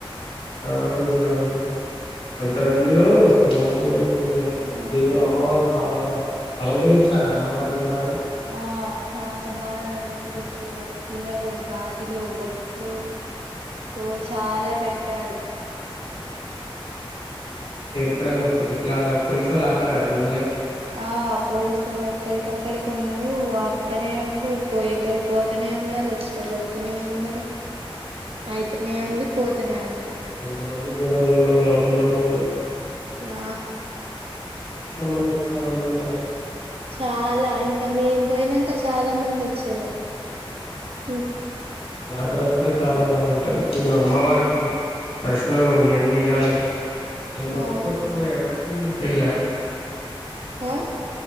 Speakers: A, on the left; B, on the right.
A: చాలా మంది జనాలు <inaudible> అంత మందిలో అసలు మామూలు మనుషులం కాం
B: ఆ
A: దేవుడు అమ్మవారు బాగా అలంకరించారా అమ్మవారిని బాగా.
B: ఆ చాలా బాగా అలంకరించిర్రు చీరలూ, గాజులూ, బొట్లూ. ఓ చాలా పెట్టారు.
A: క్కడంగా తొక్కిసలాట పోలీసోళ్ ఆపారా మిమ్మల్
B: ఆ పోలీసోల్లు ఎక్కడికక్కడికి ఉన్నరూ, ఆప్తనే ఉన్నరూ పోయేటోళ్. పోతనే ఉన్నరు, వచ్చిటోళ్ళు వత్తనే ఉన్నరు, అయితనే ఉంది పోతనే ఉండ్రు.
A: కొంతమంది జనాలలో యాడున్నరో.
B: ఆ
A: మంది వచ్చారు అనుకుంటగా
B: చాలా ఇంకా మేం పోయినంక చాలా మంది వచ్చారు. హ
A: జాతరప్పుడే చాలా బాగుంటాయి. <unintelligible> అమ్మవారికి. దర్శనాలు ఇ అన్నీయాలగా ఏ మొక్కు
B: అవును
A: కోసం పోయారు. చూడ్నిక్ ఎల్లారా.
B: ఆ